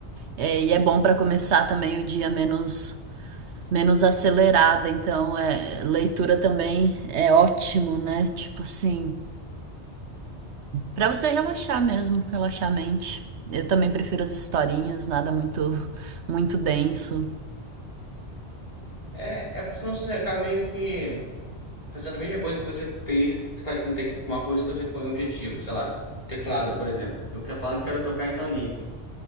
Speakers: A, on the right; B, on the left.
A: É, e é bom pra começar também o dia menos menos acelerada, então é, leitura também é ótimo, né? Tipo assim, pra você relaxar mesmo, relaxar a mente. Eu também prefiro as historinhas, nada muito muito denso.
B: É, é porque senão você acaba meio que fazendo a mesma coisa que você fez, você faz com te- uma coisa que você põe um objetivo, sei lá, teclado, por exemplo. Eu que- falo que quero tocar em tal nível.